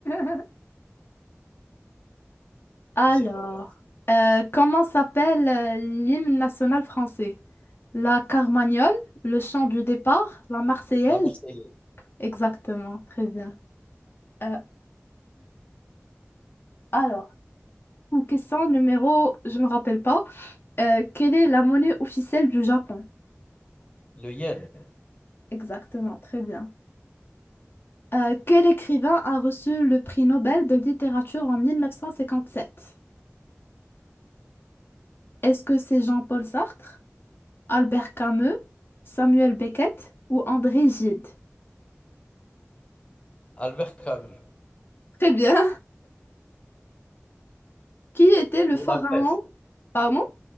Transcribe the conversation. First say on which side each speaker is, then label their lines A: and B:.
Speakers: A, on the left; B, on the left.
A: <laughs> Alors,
B: C'est pas grave.
A: euh, comment s'appelle euh, l'hymne national français? La Carmagnole, le chant du départ, la Marseillaise?
B: La Marseillaise,
A: Exactement, très bien. Euh, alors, question numéro, je me rappelle pas. Euh, quelle est la monnaie officielle du Japon?
B: le Yen,
A: Exactement, très bien. Euh, quel écrivain a reçu le prix Nobel de littérature en mille neuf cent cinquante-sept Est-ce que c'est Jean-Paul Sartre, Albert Camus, Samuel Beckett ou André Gide?
B: Albert Camus,
A: Très bien. <laughs> Qui était le
B: pour
A: pharaon?
B: la peste,
A: Pardon?